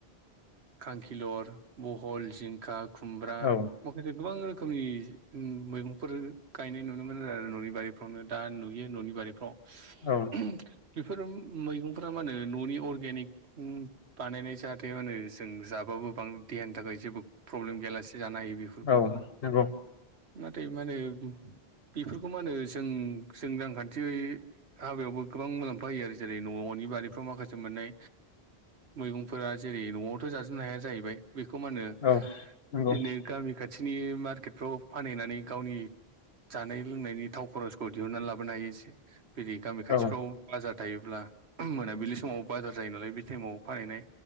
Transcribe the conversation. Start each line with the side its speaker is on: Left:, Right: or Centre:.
Right: खांखिलर, बहल, जिंखा खुमब्रा
Left: औ
Right: माखासे गोबां रोखोमनि मैगंफोर गायनाय नुनो मोन आरो न'नि बारिफ्राव नो दा नुयो न'नि बारिफ्राव।
Left: औ
Right: बेफोर मैगं फ्रा मा होनो न'नि अर्गेनिक बानायनाय जाहाथे मा होनो जों जाबाबो बां देहानि थाखाय जेबो प्रब्लेम गैयालासे जानो हायो बेफोरखौ।
Left: औ नंगौ
Right: नाथाय मा होनो बेफोरखौ मा होनो जों जों रांखान्थियै हाबायावबो गोबां मुलाम्फा होयो आरो जेरै न'नि बारिफ्राव माखासे मोननाय मैगंफोरा जेरै न'आवथ' जाजोबनो हाया जाहैबाय। बेखौ मा होनो
Left: औ नंगौ
Right: बि गामि खाथिनि मार्केटफ्राव फानहैनानै गावनि जानाय लोंनायनि थाव खरसखौ दिहुननानै लाबोनो हायो एसे। बि गामि खाथिफ्राव
Left: औ
Right: बाजार थायोब्ला। मोनाबिलि समाव बाजार जायो नालाय बे टाइमाव फानहनाय